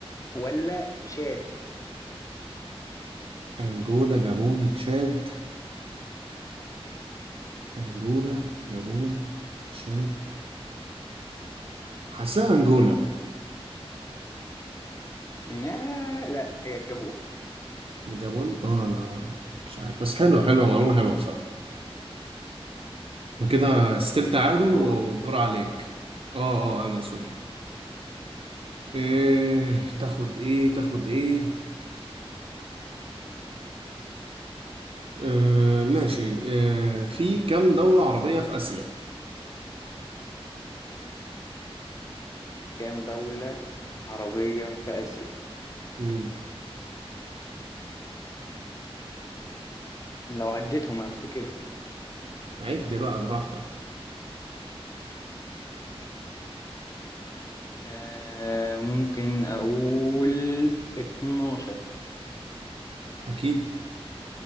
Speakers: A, on the left; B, on the right.
A: ولا تشاد
B: أنجولا جابون تشاد أنجولا جابون تشاد حاسسها أنجولا
A: لا لا هي الجابون
B: جابون اه أنا مش عارف بس حلوة حلوة معلومة حلوة بصراحة أنا كده ستيل تعادل
A: بص دورك
B: والدور عليك اه اه أنا سوري إيه تاخد إيه تاخد إيه آه ماشي آه في كام دولة عربية في آسيا؟
A: كام دولة عربية في آسيا
B: مم.
A: لو عديتهم هفتكرهم
B: عد بقى براحتك
A: آه ممكن أقول 12
B: اكيد